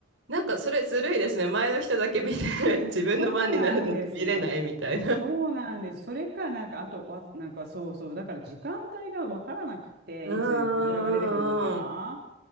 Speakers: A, on the right; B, on the right.
A: なんかそれずるいですね。前の人だけ見て、<laughs> 自分の番になると見れないみたいな。
B: そうなんですよ。そうなんです。それか、なんか、あと、あなんかそうそう、だから時間帯がわからなくて、
A: うんうんうんうん。
B: いつクジラが出てくるのか。